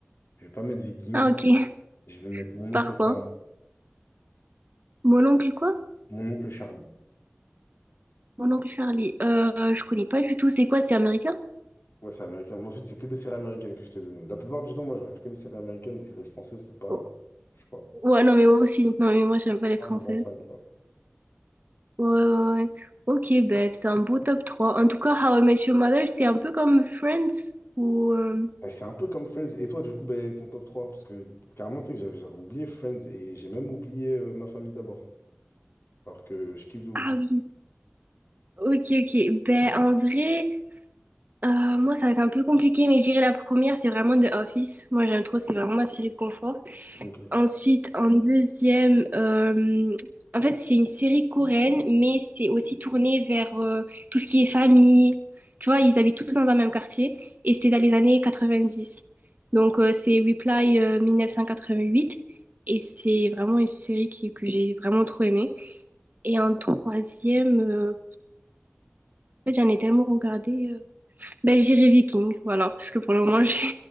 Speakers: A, on the left (about 65°); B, on the right (about 40°).
A: Je vais pas mettre Viking.
B: Ah, ok.
A: Je vais mettre mon
B: Par
A: oncle
B: quoi?
A: Charlie.
B: Mon oncle quoi?
A: Mon oncle Charlie.
B: Mon oncle Charlie. Euh, je connais pas du tout. C'est quoi? C'est américain?
A: Ouais, c'est américain. Mais en fait, c'est que des séries américaines que je t'ai données. La plupart du temps, moi, je regarde que des séries américaines, des séries françaises, c'est pas.
B: Oh,
A: Je sais pas.
B: Ouais, non, mais moi aussi. Non, mais moi, j'aime pas les françaises.
A: un grand fan, tu vois.
B: Ouais, ouais, ouais. Ok, ben, c'est un beau top trois En tout cas, How I Met Your Mother, c'est un peu comme Friends ou... euh,
A: Et c'est un peu comme Friends. Et toi, du coup, ben, ton top trois Parce que carrément, tu sais que j'avais j'avais oublié Friends et j'ai même oublié euh, ma famille d'abord. Alors que je kiffe de ouf.
B: Ah oui, Ok, ok. Ben, en vrai, euh, moi, ça va être un peu compliqué, mais je dirais la première, c'est vraiment The Office. Moi, j'aime trop, c'est vraiment ma série de confort.
A: Ok.
B: Ensuite, en deuxième, euh, en fait, c'est une série coréenne, mais c'est aussi tourné vers euh, tout ce qui est famille. Tu vois, ils habitent tous dans un même quartier, et c'était dans les années 90. Donc, euh, c'est Reply euh, 1988, et c'est vraiment une série qui- que j'ai vraiment trop aimée. Et en troisième, euh, en fait, j'en ai tellement regardé. euh, Ben, j'irai Viking, voilà, parce que pour le moment, j'ai-